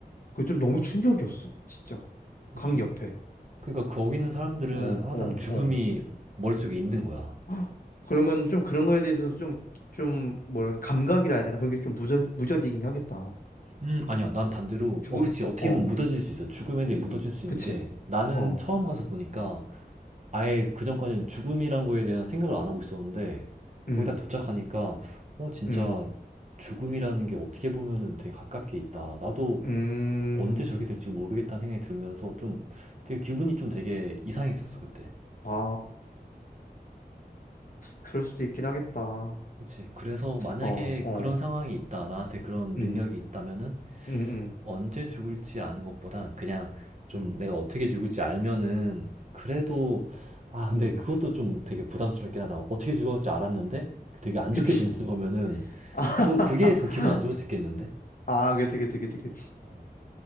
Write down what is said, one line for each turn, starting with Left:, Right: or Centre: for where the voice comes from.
Left: 그게 좀 너무 충격이었어, 진짜.
Right: 그치.
Left: 강 옆에.
Right: 그러니까 거기 있는 사람들은
Left: 어, 어,
Right: 항상 죽음이
Left: 어.
Right: 머릿속에 있는 거야.
Left: 헉, 그러면 좀 그런 거에 대해서도 좀, 좀, 뭐랄까, 감각이라 해야 되나? 그런 게 좀 무저, 무뎌지긴 하겠다.
Right: 음, 아니야. 난 반대로,
Left: 죽음,
Right: 어, 그치. 어떻게
Left: 어,
Right: 보면 묻어질 수 있어. 죽음에 대해 묻어질 수 있는데,
Left: 그치.
Right: 나는
Left: 어,
Right: 처음 가서 보니까, 아예 그전까지는 죽음이란 거에 대한 생각을 안 하고 있었는데 거의
Left: 음,
Right: 다 도착하니까 어 진짜
Left: 음,
Right: 죽음이라는 게 어떻게 보면은 되게 가깝게 있다. 나도
Left: 음,
Right: 언제 저게 될지 모르겠다는 생각이 들면서 좀 되게 기분이 좀 되게 이상했었어 그때.
Left: 아, 그럴 수도 있긴 하겠다. 어,
Right: 그치. 그래서 만약에
Left: 어,
Right: 그런 상황이 있다. 나한테 그런
Left: 음,
Right: 능력이 있다면은
Left: 음, 음,
Right: 언제 죽을지 아는 것보단 그냥 좀
Left: 음,
Right: 내가 어떻게 죽을지 알면은 그래도 아 근데
Left: 음,
Right: 그것도 좀 되게 부담스럽긴 하다. 어떻게 죽었지 알았는데 되게 안
Left: 그치.
Right: 좋게 죽는 거면은
Left: <laughs>
Right: 그 그게 더 기분 안 좋을 수 있겠는데?
Left: 아, 그치, 그치, 그치, 그치.
Right: 어.